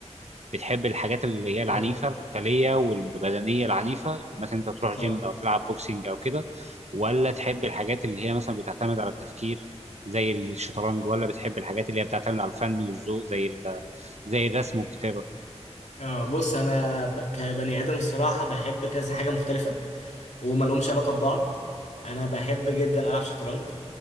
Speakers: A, on the right (about 70°); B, on the left (about 85°).
A: بتحب الحاجات اللي هي العنيفة
B: أقول لك
A: القتالية والبدنية العنيفة مثلا انت تروح
B: اه
A: جيم او تلعب بوكسينج او كده ولا تحب الحاجات اللي هي مثلا بتعتمد على التفكير زي الشطرنج ولا بتحب الحاجات اللي هي بتعتمد على الفن والذوق زي ال- زي الرسم والكتابة
B: اه بص انا ب- كبني ادم الصراحه بحب كذا حاجه مختلفه وما لهمش علاقه ببعض انا بحب جدا العب شطرنج